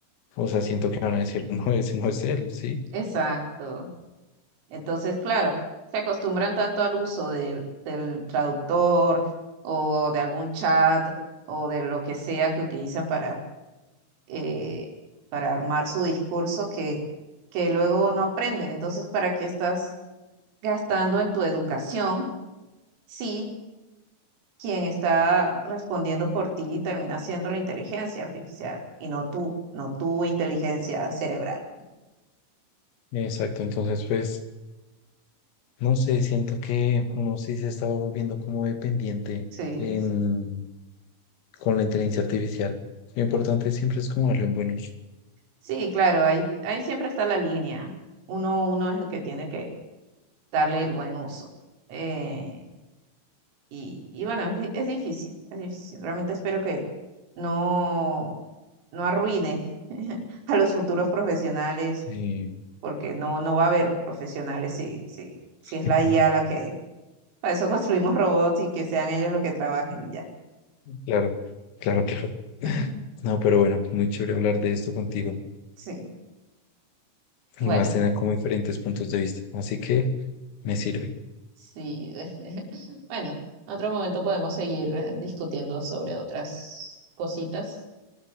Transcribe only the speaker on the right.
exacto. Entonces, claro, se acostumbran tanto al uso del, del traductor o de algún chat o de lo que sea que utilizan para, eh, para armar su discurso que, que luego no aprenden. Entonces, ¿para qué estás gastando en tu educación si quien está respondiendo por ti termina siendo la inteligencia artificial y no tú, no tu inteligencia cerebral?
Sí,
sí, Sí,
Sí, claro, ahí, ahí siempre está la línea. Uno, uno es el que tiene que darle el buen uso. Eh, y, y bueno, es, di- es difícil, es difícil. Realmente espero que no, no arruine <laughs> a los futuros profesionales,
porque no, no va a haber profesionales si, si, si
es la IA la que... Para eso construimos robots y que sean ellos los que trabajen y ya.
<laughs>
Sí, bueno,
sí. <laughs> Bueno, en otro momento podemos seguir eh, discutiendo sobre otras cositas,